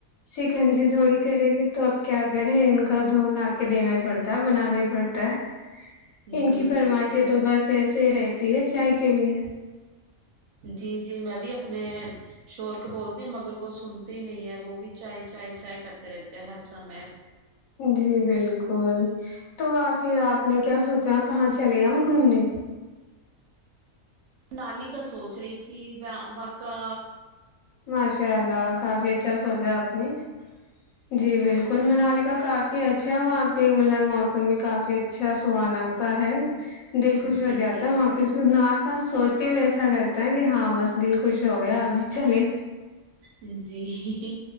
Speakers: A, on the left (about 75°); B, on the right (about 65°).
A: شکن جی تھوڑی کرے گی تو اب کیا <inaudible> دھ لا کے دینا ہی پڑتا ہے بنانا ہی پڑتا ہے
B: جی
A: ان کی فرمائشی
B: جی
A: تو بس سے رہتی ہے چائے کے لیے
B: جی جی میں بھی اپنے شور کو بولتی ہوں مگر وہ سنتے ہی نہیں ہے وہ بھی چائے چائے چائے کرتے رہتے ہیں ہر سمے
A: جی بالکل تو آ پھر آپ نے کیا سوچ جہ کہاں چلے گ ہم گھومنے
B: نالی کا سوچ رہی تھی و کا
A: ماشاء اللہ کافی اچھا سوچا ہوں جی بالکل منال کاا کافی ج اچھا وہاں پہ مطلب موسم بھی کافی اچھا سہانا سا ہے دل خوش
B: جی
A: ہو جاتا
B: جی
A: ہے وہاں کی ن کا سوچ کے بھی ایسا کرتا ہے کہ ہاں بس دل خوش ہو گیا ابھی چلے
B: ہوں جی